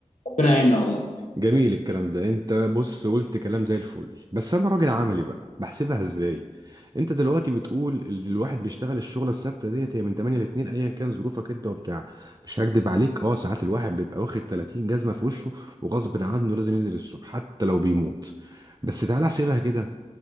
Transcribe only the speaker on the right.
جميل الكلام ده انت بص قلت كلام زي الفل بس انا راجل عملي بقى بحسبها ازاي انت دلوقتي بتقول ال- الواحد بيشتغل الشغله الثابته ديت هي من 8 ل 2 ايا كان ظروفك انت وبتاع مش هكدب عليك اه ساعات الواحد بيبقى واخد 30 جزمه في وشه وغصب عنه لازم ينزل الصبح حتى لو بيموت بس تعالى احسبها كده